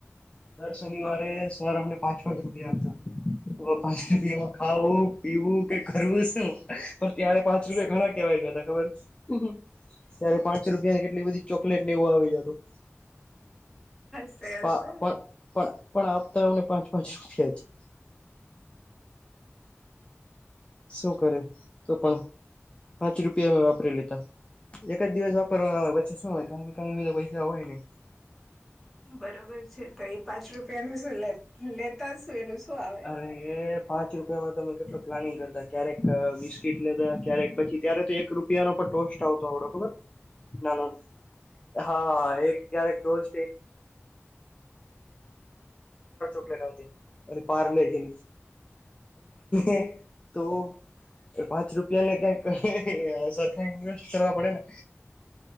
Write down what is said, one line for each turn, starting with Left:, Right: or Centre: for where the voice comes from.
Left: દર શનિવારે
Centre: હા
Left: સર અમને પાંચ પાંચ રૂપિયા આપતા તો પછી બી એમાં ખાવું પીવું કે કરવું શું પણ ત્યારે પાંચ રૂપિયા ઘણા કેવાય ગયા હતા ખબર ત્યારે પાંચસ રૂપિયાની કેટલી બધી ચોકલેટ ને એવું આવી જતું
Centre: હશે
Left: પણ
Centre: હશે
Left: પણ પણ આપતા અમને પાંચ પાંચ રૂપિયા છે. શું કરે તો પણ પાંચ રૂપિયા મે વાપરી લેતા એક જ દિવસ વાપરવાના હોય પછી શું હોય કઈને કઈ બીજા પૈસા હોય ની
Centre: બરોબર છે તો એ પાંચ રૂપિયાનું શું લે લેતા જ શું એનું શું આવે
Left: અ એ પાંચ રૂપિયામાં તમે પ્લાનિંગ કરતા ક્યારેક બિસ્કીટ લેતા ક્યારેક પછી ત્યારે તો એક રૂપિયાનો પણ ટોસ્ટ આવતો આવડો ખબર નાનો હા એક ક્યારે ટોસ <unintelligible> અને પારલે છે એ તો પાંચ રૂપિયાને ક્યાક સરખા ઇન્વેસ્ટ કરવા પડે ને